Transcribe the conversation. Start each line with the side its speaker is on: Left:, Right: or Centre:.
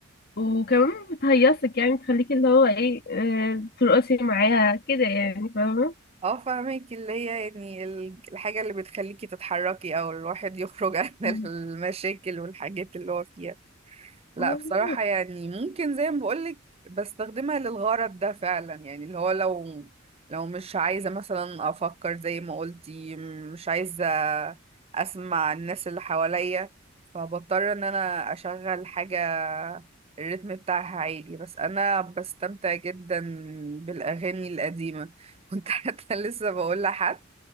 Left: وكمان بتهيصك يعني تخليكي اللي هو ايه آه، ترقصي معاها كده يعني فاهمة
Right: اه فاهمك اللي هي يعني ال- الحاجة اللي بتخليكي تتحركي او الواحد يخرج <laughs> عن
Left: مم.
Right: المشاكل والحاجات اللي هو فيها لا
Left: مظبوط
Right: بصراحة يعني ممكن زي ما بقولك بستخدمها للغرض ده فعلا يعني اللي هو لو لو مش عايزة مثلا أفكر زي ما قلتي م- مش عايزة أسمع الناس اللي حواليا فبضطر إن أنا أشغل حاجة الريتم بتاعها عالي بس أنا بستمتع جدا بالأغاني القديمة <laughs> كنت حتى لسه بقول لحد